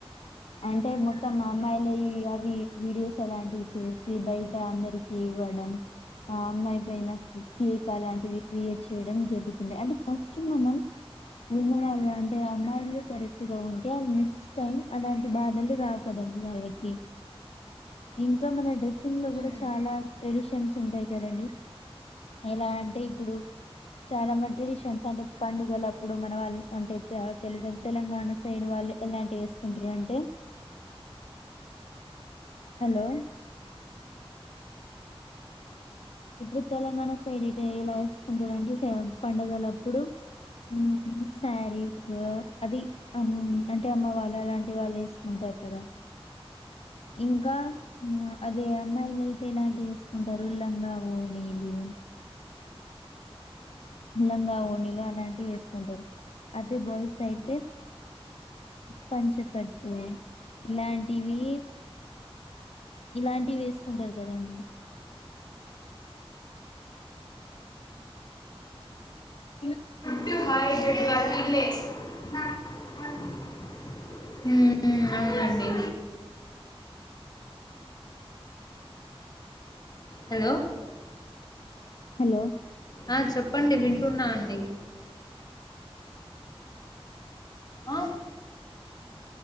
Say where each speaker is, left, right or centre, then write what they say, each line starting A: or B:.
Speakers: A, on the left (about 75°); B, on the left (about 40°).
A: అంటే మొత్తం మా అమ్మాయిలవి అవి వీడియోస్ అలాంటివి చేసి బయట అందరి ఇవ్వడం ఆ అమ్మాయి పైన ఫేక్ అలాంటివి క్రియేట్ చేయడం జరుగుతుండ అంటే ఫస్ట్ మనం ఉన్నవాళ్ళు అంటే, అమ్మాయిలు కరెక్ట్ గా ఉంటే అ నెక్స్ట్ టైం అలాంటి బాధలు రావుకదండి. వాళ్ళకి ఇంకా మన డ్రెస్సింగ్ లో
B: హ్మ్
A: గుడా చాలా ట్రెడిషన్స్ ఉంటాయి కదండి ఎలా అంటే ఇప్పుడు చాలా మంది ట్రెడిషన్స్ అంటే పండుగల అప్పుడు మన వాళ్ళు అంటే తె తెలంగాణ సైడ్ వాళ్ళు ఎలాంటి ఏసుకుంటారంటే హలో ఇప్పుడు తెలంగాణ సైడ్ ఇటు ఎలా ఏసుకుంటారు అంటే పండగలబ్ ప్పుడు ఊమ్ శారీసు అది అమ్ అంటే అమ్మ వాళ్ళు అలాంటి వాళ్ళు ఏసుకుంటారు కదా ఇంకా అదే అమ్మాయిలు అయితే ఇలాంటివి ఏసుకుంటారు లంగా వోనిలు లంగా వోణిలు అలాంటివి ఏసుకుంటారు అదే బాయ్స్ అయితే పంచకట్టు ఇలాంటివి ఇలాంటివి ఏసుకుంటారు కదండి ఉ
B: <unintelligible> ఊ అవునండి హలో
A: హలో
B: ఆ చెప్పండి విం టున్న అండి ఆ